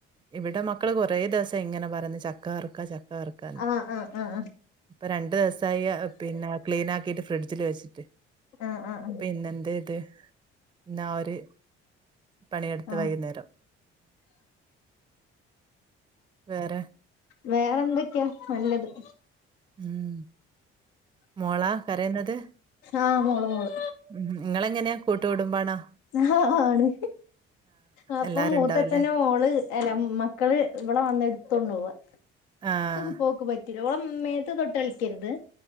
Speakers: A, on the right (about 15°); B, on the left (about 85°).
A: ഇവിടെ മക്കള് കൊറേ ദിവസം ഇങ്ങനെ പറന്ന് ചക്ക വറക്കാ ചക്ക വറുക്കന്ന്.
B: ആഹ് ആഹ് ആഹ്
A: അപ്പോ രണ്ടു ദിവയസ്സായി ആ പിന്നെ ക്ലീൻ ആക്കിട്ട് ഫ്രിഡ്ജിൽ വെച്ചിട്ട്.
B: ആഹ് ആഹ് ആഹ്.
A: പിന്ന എന്ത ഇത് എന്ന ഒരു പണിയെടുത്ത്
B: ആഹ്
A: വൈകുന്നേരം. വേറെ.
B: വേറെന്തൊക്കെയാ നല്ലത്.
A: ഉം മോളാ കരയുന്നത്?
B: ആഹ് മോള് മോള്.
A: ഉം നിങ്ങളെങ്ങനെയാ കൂട്ടുകുടുംമ്പാണോ.
B: ആഹ ആണ്. അപ്പൊ
A: എല്ലാരും
B: മൂത്തച്ഛന
A: ഉണ്ടാവുംല്ലേ
B: മോള് അല്ല മക്കള് ഇവളെവന്ന് എടുത്തൊണ്ട് പോവാ.
A: ആഹ്
B: സുഖ പോക്ക് പ ഒത്തിരോളം ആ മ്മേത്ത് തൊട്ട് കളിക്കരുത്